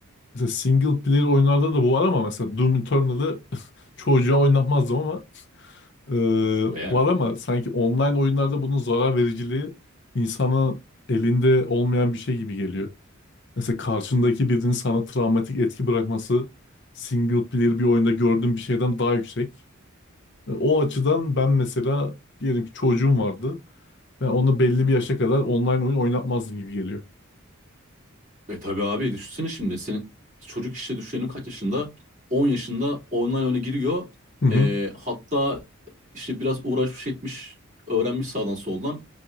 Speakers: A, on the left; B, on the right.
A: Mesela single player oyunlarda da bu var ama mesela Doom Eternal'ı <laughs> çocuğa oynatmazdım ama <laughs> eee,
B: E Yani.
A: var ama sanki online oyunlarda bunun zarar vericiliği insanın elinde olmayan bir şey gibi geliyor. Mesela karşındaki birinin sana travmatik etki bırakması single player bir oyunda gördüğüm bir şeyden daha yüksek. E, o açıdan ben mesela diyelim ki çocuğum vardı. Ben onu belli bir yaşa kadar online oyun oynatmazdım gibi geliyor.
B: E tabii abi düşünsene şimdi. Senin çocuk işte düşünelim kaç yaşında? 10 yaşında online oyuna giriyor.
A: Hı hı
B: E, hatta işte biraz uğraşmış etmiş öğrenmiş sağdan soldan